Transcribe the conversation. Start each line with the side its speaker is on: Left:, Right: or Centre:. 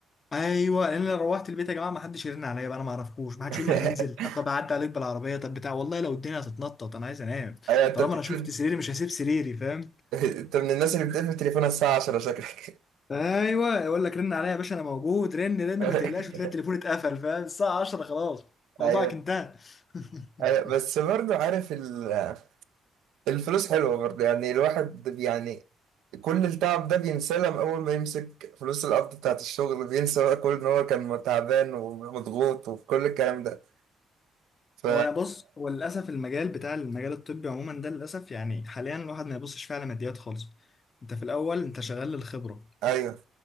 Left: ايوه لان انا روحت البيت يا جماعه ما حدش يرن عليا بقى انا ما اعرفكوش ما حدش
Right: <laughs>
Left: يقول لي هننزل طب اعدي عليك بالعربيه طب بتاع والله لو الدنيا هتتنطط انا عايز انام
Right: ايوه انت
Left: طالما
Right: بتقفل
Left: انا شفت سريري مش هسيب سريري فاهم
Right: انت من الناس اللي بتقفل تليفونها الساعه 10 شكلك
Left: ايوه يقول لك رن عليا يا باشا انا موجود رن رن
Right: <laughs>
Left: ما تقلقش وتلاقي التليفون اتقفل فاهم الساعه 10 خلاص موضوعك
Right: ايوه
Left: انتهى <laughs>
Right: ايوه بس برضه عارف ال... الفلوس حلوه برضه يعني الواحد يعني كل التعب ده بينساه لما اول ما يمسك فلوس القبض بتاعت الشغل بينسى بقى كل ان هو كان تعبان ومضغوط وكل الكلام ده ف
Left: هو انا بص هو للاسف المجال بتاع المجال الطبي عموما ده للاسف يعني حاليا الواحد ما يبصش فيه على ماديات خالص انت في الاول انت شغال للخبره
Right: ايوه